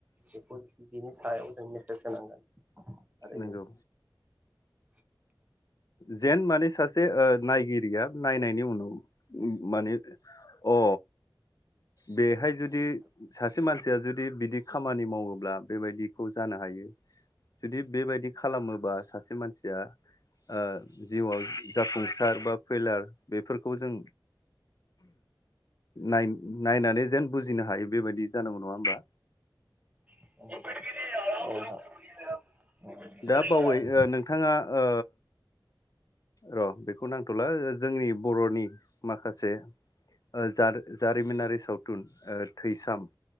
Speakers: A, on the right; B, on the left.
A: बेखौ बिनि सायाव जों मेसेज होनांगोन आरो
B: नंगौ
A: लांदां
B: जेन माने सासे ओ नायगिरिया नायनायनि उनाव माने अ बेहाय जुदि सासे मानसिया जुदि बिदि खामानि मावोब्ला बेबायदिखौ जानो हायो जुदि बेबायदि खालामोबा सासे मान या ओ जिउआव जाफुंसार बा फैलार बेफोरखौ जों नाय नायनानै जेन बुजिनो हायो बेबायदि जानांगौ नङा होमबा?
A: <unintelligible>
B: दा
A: नोंथां
B: बावै ओ नोंथाङा ओ र' बेखौ नांथ'ला जोंनि बर'नि माखासे जे ओ जा-जारिमिनारि साव थुन ओ थैसाम